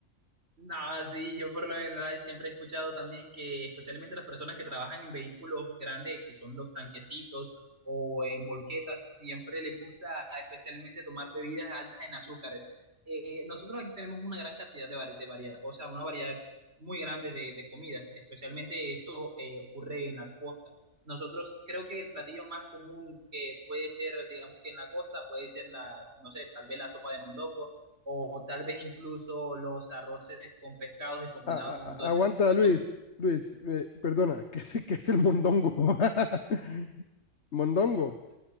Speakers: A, on the right (about 55°); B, on the left (about 60°).
A: No, sí, yo por lo general siempre he escuchado también que especialmente las personas que trabajan en vehículos grandes, que son los tanquecitos o en volquetas, siempre les gusta especialmente tomar bebidas altas en azúcares. Eh, nosotros aquí tenemos una gran cantidad de, vari- de variedad, o sea, una variedad muy grande de, de comidas, especialmente esto eh, ocurre en la costa. Nosotros creo que el platillo más común que puede ser, digamos que en la costa, puede ser la, no sé, tal vez la sopa de mondongo o tal vez incluso los arroces con pescados y combinado
B: A- a-
A: con
B: a-
A: todo ese
B: aguanta,
A: tipo de
B: Luis.
A: cosas. <laughs>
B: Luis, eh, perdona, <laughs> ¿qué es, qué es el mondongo? <laughs> Mondongo,